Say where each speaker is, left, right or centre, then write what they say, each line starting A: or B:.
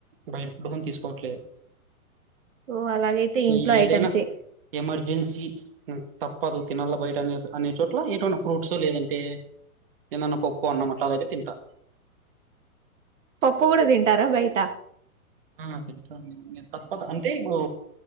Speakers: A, on the right (about 40°); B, on the right (about 55°).
A: బయటఫుడ్ కూడా తీసుకోవట్లేదు
B: ఓ అలాగైతే
A: మీ
B: ఇంట్లో
A: ఏదైనా
B: ఐటమ్సే.
A: ఎమర్జెన్సీ తప్పదు తినలా బయట అనే అనే చోట్ల ఏటున్నా ఫ్రూట్స్ లేదంటే ఏదన్నా పప్పు అన్నం అట్లాదైతే తింటా
B: పప్పు కూడా తింటారా బయట
A: ఆ తింటండి తప్పదు అంటే ఇప్పుడు